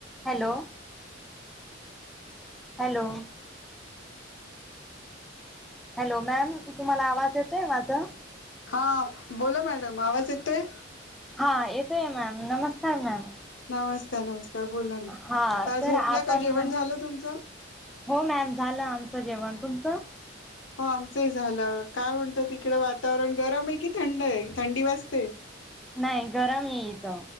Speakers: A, in the centre; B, on the left.
A: Hello!... hello! हॅलो! मॅम तुम्हाला आवाज येतोय माझं?
B: हा.. बोला मॅडम आवाज येतोय?
A: हा येतोय मॅम नमस्कार मॅम
B: नमस्कार, नमस्कार बोला ना,
A: हा
B: काय
A: तर
B: झोपल्या
A: आपण
B: का जेवण झालं तुमचं?
A: हो मॅम झालं आमचं जेवण, तुमचं?
B: हो आमचंही झालं काय म्हणत तिकडं वातावरण गरम आहे की थंड आहे थंडी वाजते?
A: नाही गरम ये इथ,